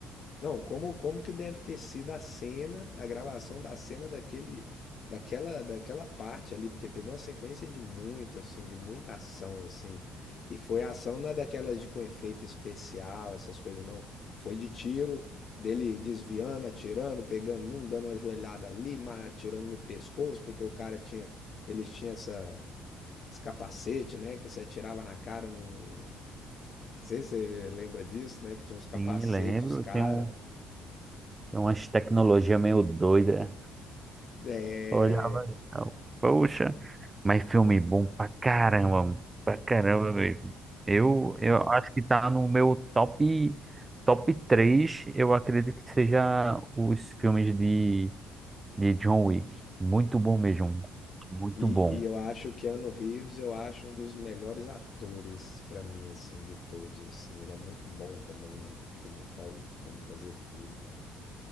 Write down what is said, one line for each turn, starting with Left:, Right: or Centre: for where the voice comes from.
Left: Não, como como que deve ter sido a cena, a gravação da cena daquele daquela daquela parte ali, porque teve uma sequência de muito assim, de muita ação assim. E foi ação não é daquelas de com efeito especial, essas coisas não. Foi de tiro, dele desviando, atirando, pegando um, dando uma joelhada ali, mas atirando no pescoço, porque o cara tinha, eles tinham essa esse capacete, né, que se atirava na cara, não, não sei se você lembra disso, né, que tinha uns capacetes,
Right: Sim, lembro.
Left: os cara
Right: Tem um, tem umas tecnologia meio doida.
Left: É,
Right: Olhava, então, poxa, mas filme bom pra caramba, pra caramba mesmo. Eu, eu acho que tá no meu top, top 3. eu acredito que seja os filmes de, de John Wick. Muito bom mesmo, muito
Left: e,
Right: bom.
Left: e eu acho o Keanu Reeves, eu acho um dos melhores atores pra mim, assim, de todos, assim. Ele é muito bom também, né? Como, fa como fazer filme, né?